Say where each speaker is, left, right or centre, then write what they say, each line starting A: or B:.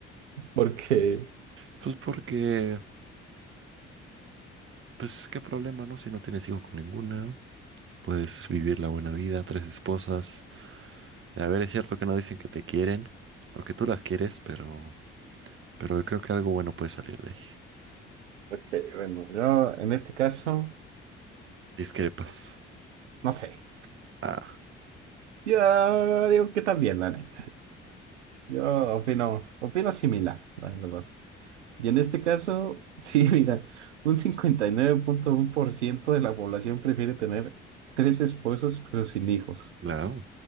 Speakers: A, on the right; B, on the right.
A: Porque,
B: Pues porque, pues qué problema, ¿no? Si no tienes hijos con ninguna, puedes vivir la buena vida, tres esposas. A ver, es cierto que no dicen que te quieren o que tú las quieres, pero, pero creo que algo bueno puede salir de ahí.
A: porque, bueno, yo en este caso,
B: Discrepas.
A: no sé.
B: Ah,
A: Yo digo que también, la neta. Yo opino, opino similar, la verdad. Y en este caso, sí, <laughs> mira, un cincuenta y nueve punto uno por ciento de la población prefiere tener tres esposos pero sin hijos.
B: claro.